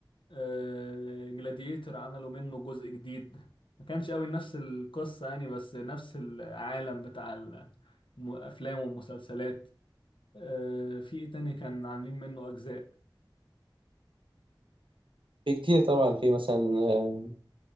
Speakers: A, on the left; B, on the right.
A: آه... جلاديتر عملوا منه جزء جديد ما كانش قوي نفس القصه يعني بس نفس العالم بتاع الافلام والمسلسلات آه... في ايه تاني كان عاملين منه اجزاء
B: في كتير طبعا في مثلا آه،